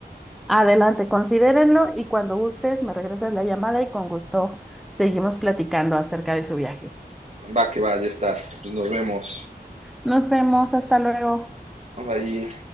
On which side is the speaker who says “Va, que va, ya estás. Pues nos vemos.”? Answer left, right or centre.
Right